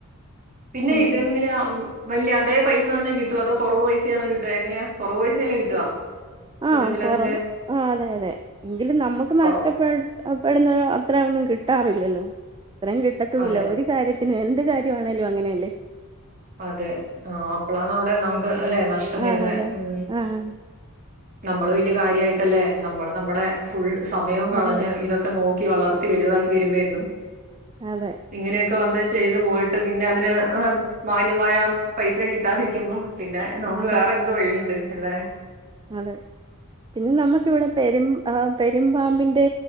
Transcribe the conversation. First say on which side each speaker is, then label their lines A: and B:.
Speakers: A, on the right; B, on the right.
A: പിന്നെ
B: ഉം
A: ഇതെങ്ങനെയാകും വെല്യതെ പൈസ തന്നെ കിട്ടുവൊ അതോ കൊറവ് പൈസയാണോ കിട്ടുക എങ്ങനെയാ കൊറവ് പൈസയല്ലെ കിട്ടുക
B: ആ
A: സത്യത്തിൽ
B: കൊറവ്
A: അതിന്റെ
B: ആ അതെ അതെ എങ്കിലും നമ്മക്ക്
A: കൊറവ്.
B: <unintelligible> അത്രയൊന്നും കിട്ടാറില്ലല്ലോ ഇത്രേം കിട്ടത്തൂല്ല
A: അതെ
B: ഒരു കാര്യത്തി <unintelligible> പിന്നെ എന്ത് കാര്യവാണേലും അങ്ങനെയല്ലേ
A: അതെ ആ അപ്പളാണ് അവിടെ നമുക്ക് അല്ലെ നഷ്ടം വരുന്നെ
B: ആഹ് അതെ
A: ഉം
B: ആഹ്
A: നമ്മള് വല്യകാര്യവായിട്ടല്ലെ നമ്മള് നമ്മടെ ഫുൾ സമയവും കളഞ്ഞ്
B: അതെ
A: ഇതൊക്കെ നോക്കി വളർത്തി വലുതാക്കി വരുമ്പോ എന്നും
B: അതെ
A: ഇങ്ങനെയൊക്കെ വന്ന് ചെയ്തു പോയി പിന്നെ അതിന് ഹ് മാന്യമായ പൈസയും കിട്ടാതിരിക്കുമ്പോ പിന്നെ നമുക്ക്
B: അതെ
A: വേറെ എന്ത് വഴിയിണ്ട് എല്ലേ
B: അതെ പിന്നെ നമ്മുക്ക് ഇവിടെ പെരും ആഹ് പെരുമ്പാമ്പിന്റെ